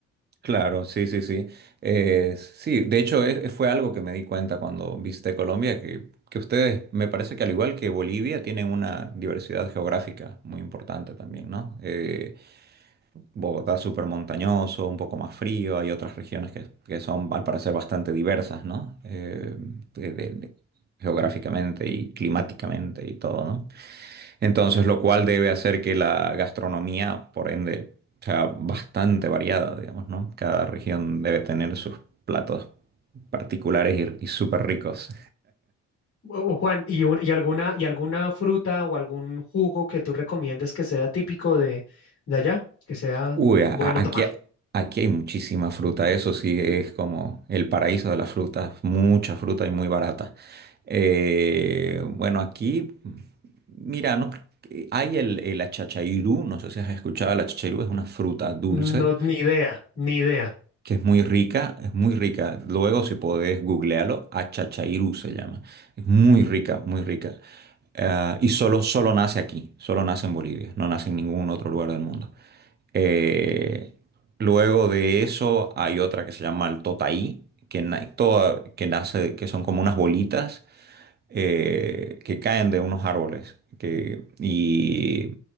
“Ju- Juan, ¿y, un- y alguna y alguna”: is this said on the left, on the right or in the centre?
Left